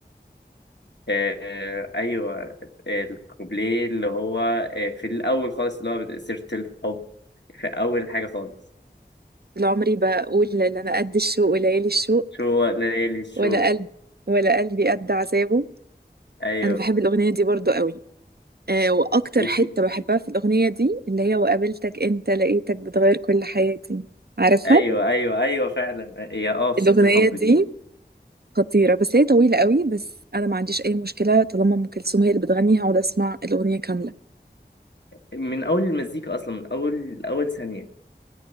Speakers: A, on the left; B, on the right.
A: آه ايوه الكوبليه اللي هو آه، في الاول خالص اللي هو سيرة الحب في اول حاجة خالص
B: طول عمري بقول لا انا قد الشوق وليالي الشوق
A: شو ليالي
B: ولا
A: شو
B: قلب ولا قلبي قد عذابه
A: ايوه
B: انا بحب الاغنيه دي برضو قوي آه واكتر
A: وفي
B: حته بحبها
A: في-
B: في الاغنيه دي اللي هي وقابلتك انت لقيتك بتغير كل حياتي عارفها
A: ايوه ايوه ايوه فعلا هي اه في
B: الاغنيه
A: سيرة الحب
B: دي
A: دي
B: خطيرة بس هي طويلة قوي بس أنا ما عنديش أي مشكلة طالما أم كلثوم هي اللي بتغني هقعد أسمع الأغنية كاملة
A: من اول المزيكا اصلا من اول اول ثانيه